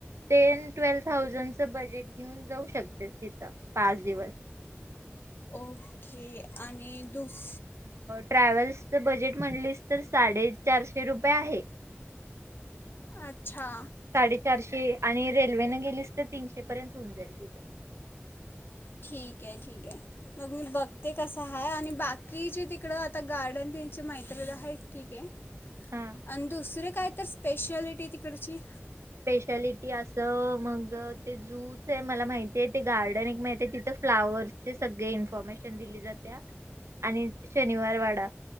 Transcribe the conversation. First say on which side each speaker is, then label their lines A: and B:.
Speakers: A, on the right; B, on the left.
A: टेन ट्वेल थाउजंडच बजेट घेऊन जाऊ शकतेस तिथं पाच दिवस
B: ओ! हे आणि दुस
A: ट्रॅव्हल्सच, बजेट म्हटलीस तर साडेचारशे रुपये आहे.
B: अच्छा
A: साडेचारशे, आणि रेल्वे न गेली तर तीनशे, पर्यंत होऊन जाईल तुझ.
B: ठीके ये ठीके, ये मग मी बघते कसं आहे, आणि बाकीची तिकड आता गार्डन त्यांची मैत्रीण आहेत ठीके ये
A: हा
B: अन दुसरे काय तस स्पेशालिटी तिकडची.
A: स्पेशालिटी अस, मग ते जू च मला माहती आहे, ते गार्डन एक माहित, तिथं फ्लावर्सचे सगळे इन्फॉर्मेशन दिली जात्या, आणि शनिवार वाडा